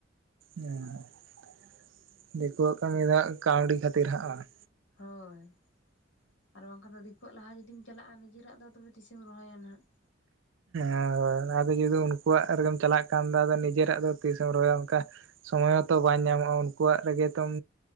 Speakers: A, on the right; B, on the left.
A: ᱩᱸ ᱦᱩᱸ <inaudible> ᱫᱤᱠᱳᱣᱟᱜ ᱠᱟᱹᱢᱤ ᱫᱚ ᱠᱟᱹᱣᱰᱤ ᱠᱷᱟᱹᱛᱤᱨ ᱦᱟᱸᱜ ᱵᱟᱝ?
B: ᱦᱳᱭ <inaudible> ᱟᱨ ᱵᱟᱝᱠᱷᱟᱱ ᱫᱤ ᱠᱩᱣᱟᱜ ᱞᱟᱦᱟ ᱡᱩᱫᱤᱢ ᱪᱟᱞᱟᱜ-ᱟ ᱱᱤᱡᱮᱨᱟᱜ ᱫᱚ ᱛᱚᱵᱮ ᱛᱤᱥᱮᱢ ᱨᱚᱦᱚᱭᱟ ᱱᱟᱦᱟᱜ ᱾
A: <unintelligible> ᱟᱫᱚ ᱡᱩᱫᱤ ᱩᱱᱠᱩᱣᱟᱜ ᱨᱮᱜᱮᱢ ᱪᱟᱞᱟᱜ ᱠᱷᱟᱱ ᱫᱚ ᱱᱤᱡᱮᱨᱟᱜ ᱫᱚ ᱛᱤᱥᱮᱢ ᱨᱚᱦᱚᱭᱟ ᱚᱱᱠᱟ ᱥᱚᱢᱚᱭ ᱢᱟᱛᱚ ᱵᱟᱝ ᱧᱟᱢᱚᱜ-ᱟ ᱩᱱᱠᱩᱣᱟᱜ ᱨᱮᱜᱮ ᱛᱚᱢ